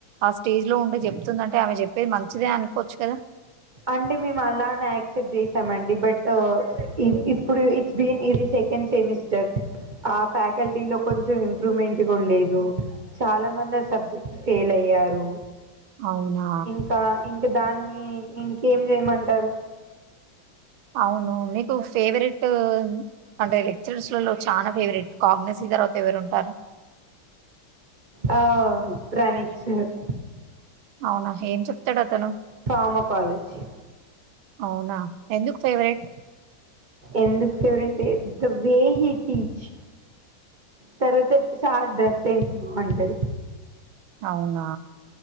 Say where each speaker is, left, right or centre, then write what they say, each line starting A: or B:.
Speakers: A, on the right; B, on the right.
A: ఆ స్టేజ్ లో ఉండే చెప్తుందం అంటే ఆమె చెప్పేది మంచిదే అనుకోవచ్చు కదా
B: అండి మేము అలానే యాక్సెప్ట్ చేసామండి బట్ ఇప్పుడు బీన్ ఇది సెకండ్ సెమిస్టర్ ఆ ఫ్యాకల్టీ లో కొంచెం ఇంప్రూవ్మెంట్ కూడ లేదు చాలా మంది ఆ సబ్జెక్ట్ ఫెయిల్ అయి యారు
A: అవునా
B: ఇంకా ఇంక దాన్ని ఇంకేం చేయమంటారు
A: అవును నీకు ఫేవరెట్ అంటే లెక్చర్స్ల లో చాలా ఫేవరెట్ కాగ్నెసీ తర్వాత ఎవరు ఉంటారు
B: ఆ ప్రణీత్
A: కానీ
B: సార్
A: అవునా ఏం చెప్తాడు అతను
B: ఫార్మకాలజీ
A: అవున ఎందుకు ఫేవరెట్
B: ఎందుకు ఫేవరెంటే ద వే హి టీచ్ తర్వాత సార్ డ్రెస్ సెన్స్ బాగుంటది
A: అవునా